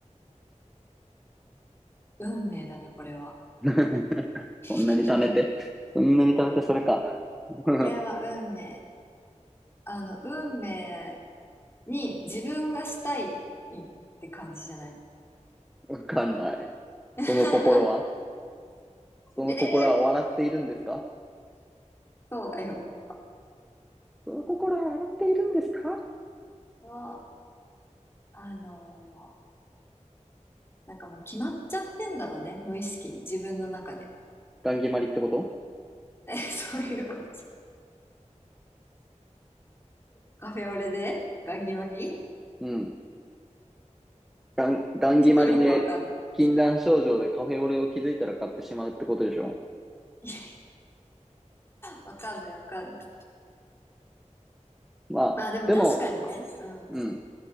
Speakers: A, on the left (about 20°); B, in the centre.
A: 運命だね、これは。
B: <laughs>
A: <laughs>
B: そんなに貯めて、そんなに貯めてそれか。<laughs>
A: これは運命。あの、運命に自分がしたいって感じじゃない
B: わかんない。
A: <laughs>
B: その心はその心は笑っているんですか
A: ええそうだよ。
B: その心は笑っているんですか
A: そう、あのーなんかもう決まっちゃってんだろうね、無意識に、自分の中で。
B: ガンギマリってこと
A: <laughs> えそういうことじゃん。カフェオレでガン決まり
B: うん。ガン、ガンギマリで、
A: ちょっとよくわかんない。
B: 禁断症状でカフェオレを気づいたら買ってしまうってことでしょ
A: うん <laughs> わかんない、わかんない。
B: まあ、
A: まあでも確かにね、
B: でも、
A: うん。
B: うん、